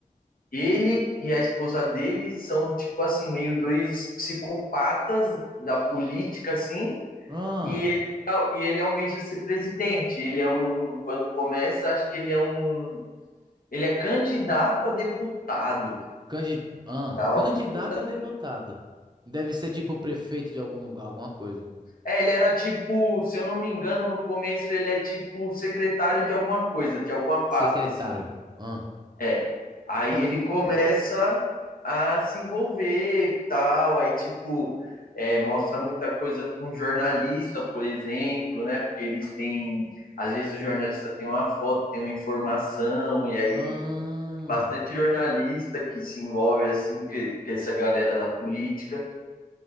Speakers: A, on the left; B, on the right.
A: Ele e a esposa dele são, tipo assim, meio dois psicopatas da política, assim,
B: ah,
A: e ele, e ele almeja ser presidente. Ele é um, quando começa, acho que ele é um, ele é candidato a deputado,
B: candi ah,
A: tal.
B: candidato
A: coisa assim.
B: a deputado. Deve ser tipo prefeito de algum lugar, alguma coisa.
A: É, ele era tipo, se eu não me engano, no começo ele é tipo secretário de alguma coisa, de alguma pasta,
B: Secretário.
A: assim.
B: Ah,
A: É. Aí
B: Te-
A: ele começa a se envolver, tal, aí tipo é, mostra muita coisa com jornalista, por exemplo, né? Porque eles têm, às vezes o jornalista tem uma foto, tem uma informação, e aí
B: ah,
A: bastante jornalista que se envolve assim que, que essa galera da política.